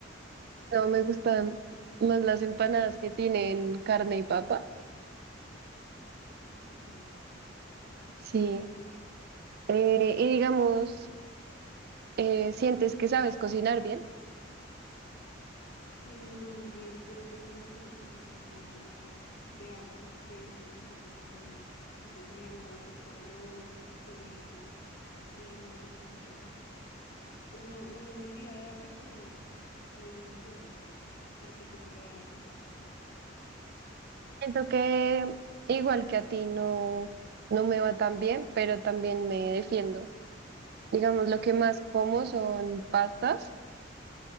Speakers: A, on the right; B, on the left.
A: no me gustan más las empanadas que tienen carne y papa.
B: Ok.
A: Sí. Eh, y digamos, eh, ¿sientes que sabes cocinar bien?
B: Y no muy bien, pero pues me defiendo, o sea, no me muero de, de hambre, pero no, no sé cocinar mucho. Sé cocinar lo básico, arroz, huevitos, frijoles, lentejas. Entonces no, no me moriría de hambre, pero no, no es mi mayor destreza. ¿A ti cómo te va en la cocina?
A: Siento que igual que a ti no, no me va tan bien, pero también me defiendo. Digamos, lo que más como son pastas